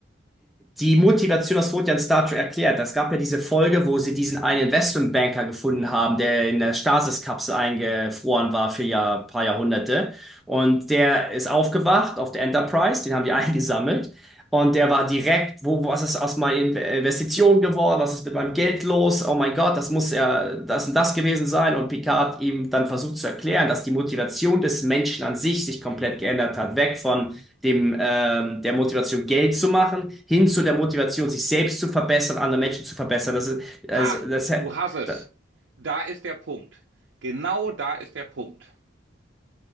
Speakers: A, in the centre; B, on the right (about 70°).
A: die Motivation, das wurde ja in Star Trek erklärt. Es gab ja diese Folge, wo sie diesen einen Investmentbanker gefunden haben, der in der Stasis-Kapsel eingefroren war für ja paar Jahrhunderte. Und der ist aufgewacht auf der Enterprise, den haben die <laughs> eingesammelt. Und der war direkt, wo, was ist aus meiner In- Investition geworden? Was ist mit meinem Geld los? Oh mein Gott, das muss ja das und das gewesen sein. Und Picard hat ihm dann versucht zu erklären, dass die Motivation des Menschen an sich sich komplett geändert hat. Weg von dem, ähm, der Motivation Geld zu machen, hin zu der Motivation, sich selbst zu verbessern, andere Menschen zu verbessern. Das ist, also,
B: Ha,
A: das, äh,
B: du hast es.
A: da-
B: Da ist der Punkt. Genau da ist der Punkt.